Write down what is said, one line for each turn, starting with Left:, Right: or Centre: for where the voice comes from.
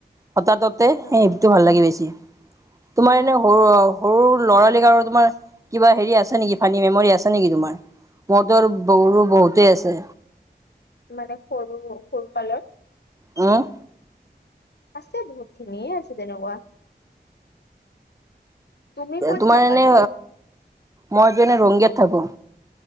Right: হঠাৎত।
Left: উম
Right: সেইটো ভাল লাগে বেছি, তোমাৰ এনে সৰু
Left: উম
Right: সৰু লৰালি কালৰ তোমাৰ, কিবা হেৰি আছে নেকি, ফানী মেমৰি আছে নেকি তোমাৰ? মুৰটো বাৰু বহুতেই আছে।
Left: মানে সৰু সৰুকালৰ।
Right: অ'।
Left: আছে বহুত খিনিয়ে আছে তেনেকুৱা। তুমি ক'ত
Right: তোমাৰ
Left: থাকানো?
Right: এনে, মইটো এনে ৰংগীয়াত থাকো।